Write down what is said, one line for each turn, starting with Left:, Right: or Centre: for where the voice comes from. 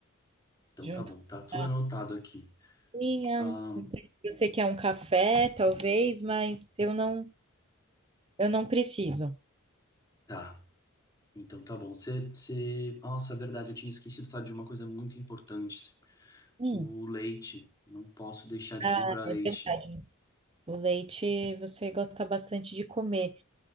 Left: Então
Right: junto
Left: tá bom,
Right: com
Left: tá tudo
Right: a
Left: anotado aqui.
Right: minha.
Left: Ahn,
Right: Não sei se você quer um café, talvez, mas eu não, eu não preciso.
Left: tá. Então tá bom. Você, você... Nossa, é verdade, eu tinha esquecido, sabe, de uma coisa muito importante.
Right: Hum,
Left: O leite. Não posso deixar de
Right: ah,
Left: comprar leite.
Right: é verdade. O leite você gosta bastante de comer,